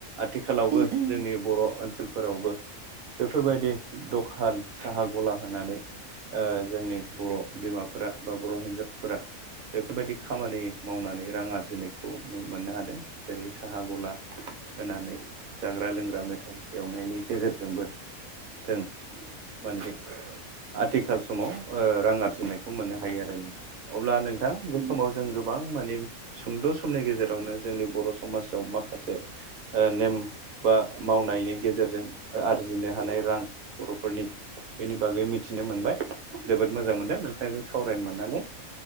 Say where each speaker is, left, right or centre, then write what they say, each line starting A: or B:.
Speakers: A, on the right; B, on the right.
A: आथिखालावबो
B: उम उम
A: जोंनि बर' ओनसोलफोरावबो बेफोरबायदि दखान साहा गला होनानै ओ जोंनि बर' बिमाफोरा बा बर' हिन्जावफोरा बेफोरबायदि खामानि मावनानै रां आरजिनायखौ मोननो हादों जेरै साहा गला होनानै जाग्रा लोंग्रा मेथाइ एवनायनि गेजेरजोंबो जों माने आथिखाल समाव ओ रां आरजिनायखौ मोननो हायो आरो नोंथां अब्ला नोंथां बे
B: उम
A: समाव जों गो गोबां माने सुंद' समनि गेजेरावनो जोंनि बर' समाजाव माखासे ओ नेम बा मावनायनि गेजेरजों आरजिनो हानाय रां बर'फोरनि बेनि बागै मिथिनो मोनबाय जोबोद मोजां मोनदों नोंथांजों सावरायनो मोननानै